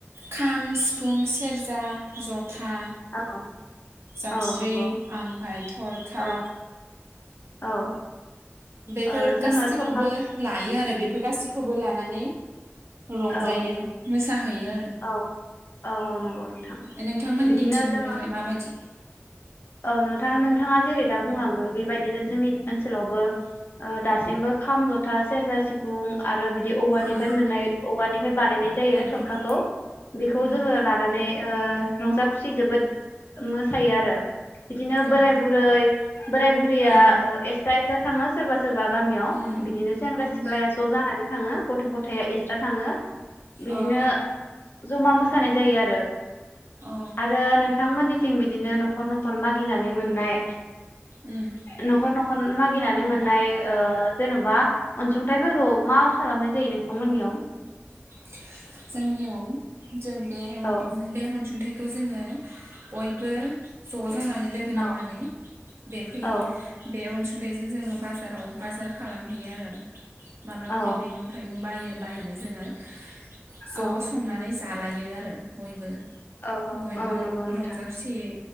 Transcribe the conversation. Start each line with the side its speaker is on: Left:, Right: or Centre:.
Right: खाम सिफ फुं सेरजा जथ था
Left: औ
Right: जाबस्रिं
Left: औ नंगौ
Right: आमफ्राय थरखा
Left: औ औ
Right: बेफोर
Left: ओ जोङो
Right: गासैखौबो
Left: थरखा
Right: लायो आरो बेफोर गासैखौबो लानानै रंजायो
Left: औ
Right: मोसाहैयो
Left: औ औ औ नंगौ नोंथां
Right: ओ नोंथांमोननिथिंलाय
Left: बिदिनो जोङो
Right: माबायदि
Left: औ नोंथां नोंथाङा जेरै दा बुंलांदों बेबायदिनो जोंनि ओनसोलावबो ओ दासिमबो खाम जथा सेरजा सिफुं आरो बिद दि औवानिफ्राय
Right: उम
Left: मोननाय औवानिफ्राय बानायनाय जायो
Right: उम
Left: थरखाखौ बेखौ
Right: उम
Left: जोङो लानानै ओ रंजा खुसि जोबोद मोसायो आरो बिदिनो
Right: औ
Left: बोराय बुरै बोराय बुरैया
Right: उम
Left: ओ एक्स्ट्रा एक्स्ट्रा थाङो सोरबा सोरबा गामियाव
Right: उम
Left: बिदिनो सेंग्रा
Right: उम
Left: सिख्लाया ज' जानानै थाङो गथ' गथाया एक्सट्रा थाङो बिदिनो
Right: अ अ
Left: जमा मो मोसानाय जायो आरो।
Right: औ
Left: आरो नोंथांमोननि थिं बिदिनो नखर न'खर मागिनानै मोननाय
Right: उम
Left: नखर नखर <unintelligible> गिनानै मोननाय ओ जेन'बा अनसुंथाइफोरखौ मा खालामनो जायो नोंथांमोननियाव
Right: <inaudible> जोंनियाव जों बे अन
Left: औ
Right: बे अनसुंथाइ खौ जोङो बयबो ज जानानै लोगो
Left: औ
Right: नांनानै <unintelligible>
Left: औ
Right: बेजों जोङो बाजाराव बाजार खालामहैयो आरो माबा
Left: औ
Right: बि मैगं थाइगं बायो बायनानै जोङो <inaudible> ज'
Left: औ
Right: संनानै जालायो आरो बयबो
Left: औ
Right: बयबो
Left: औ औ नंगौ नोंथां
Right: रंजा खुसियै